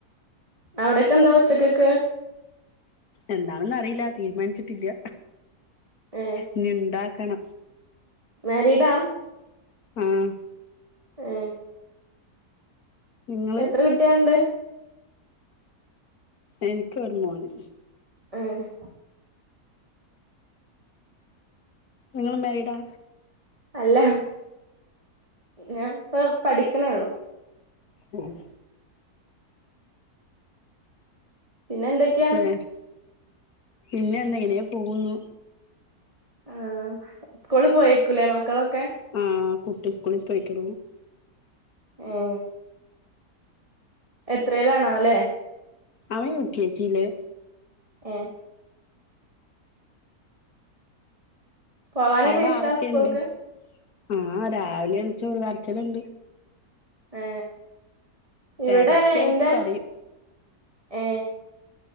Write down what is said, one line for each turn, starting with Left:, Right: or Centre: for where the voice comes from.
Right: അവ്ടെക്കെ എന്താ ഉച്ചകക്ക്
Left: എന്താണെന്ന് അറിയില്ല തീരുമാൻച്ചിട്ടില്ല
Right: ഏ
Left: ഇഞ്ഞിണ്ടാക്കണം
Right: മെരീഡാ
Left: ആഹ്
Right: ഏ
Left: നിങ്ങള്
Right: എത്ര കുട്ടിയെൾണ്ട്
Left: എനിക്കൊരു മോന്
Right: ഏ ഹ്
Left: നിങ്ങളും മെരീടാ
Right: അല്ല ഞാൻ ഇപ്പ പഠിക്ക്ണെള്ളു
Left: ഉം
Right: പിന്നെ എന്തൊക്കെയാ
Left: ഏഹ് പിന്നെന്ന ഇങ്ങനെ പോകുന്നു
Right: ആഹ് സ്കൂള് പോയേക്കൂലേ മക്കളൊക്കെ
Left: ആ കുട്ടി സ്കൂളി പോയിക്ക്‌ണു
Right: ഏ എത്രെലാണാവ ലെ
Left: അവൻ യു ക്കെ ജി ല്
Right: ഏ പോവാനൊക്കെ
Left: അവടെ
Right: ഇഷ്ടാ
Left: ആരൊക്കെ
Right: സ്കൂൾക്ക്
Left: ഇണ്ട് ആ രാവിലെ എൺചു ഒരു കര്ച്ചില്ണ്ട്
Right: ഏ ഇവടെ
Left: ഇടക്കിടക്ക്
Right: ഇന്റെ
Left: കരയും
Right: ഏ